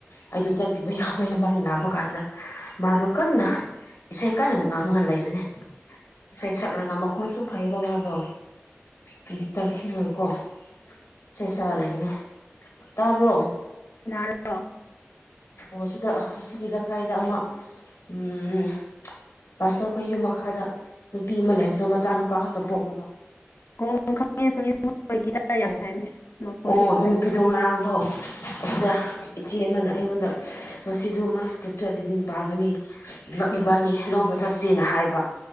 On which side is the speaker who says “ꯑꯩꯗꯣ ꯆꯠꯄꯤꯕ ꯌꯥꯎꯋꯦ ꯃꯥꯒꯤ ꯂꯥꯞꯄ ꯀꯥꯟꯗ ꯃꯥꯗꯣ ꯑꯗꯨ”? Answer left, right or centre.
Left